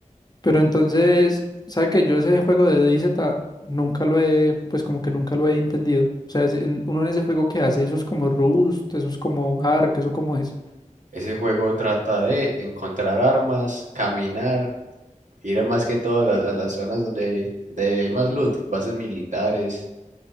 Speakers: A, on the left; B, on the right.
A: Pero entonces, ¿sabe que yo ese juego de DayZ nunca lo he, pues como que nunca lo he entendido? O sea, ese- en- uno en ese juego que hace, eso es como Rust, eso es como Ark, eso como es.
B: Ese juego trata de encontrar armas, caminar, ir a más que todo a las, a las zonas donde, donde hay más loot, bases militares.